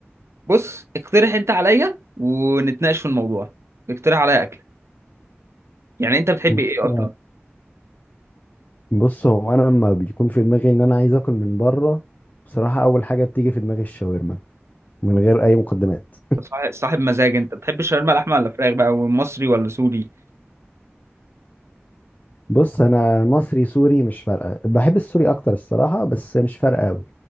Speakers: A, on the right (about 80°); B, on the left (about 40°).
A: بص اقترح انت عليا ونتناقش في الموضوع اقترح عليا اكله يعني انت بتحب
B: بص
A: ايه اصلا
B: بص هو انا لما بيكون في دماغي ان انا عايز اكل من بره بصراحه اول حاجه بتيجي في دماغي الشاورما من غير اي مقدمات
A: صاحب صاحب مزاج انت بتحب الشاورما لحمه ولا فراخ بقى ومصري ولا سوري
B: بص انا مصري سوري مش فارقه بحب السوري اكتر الصراحه بس مش فارقه قوي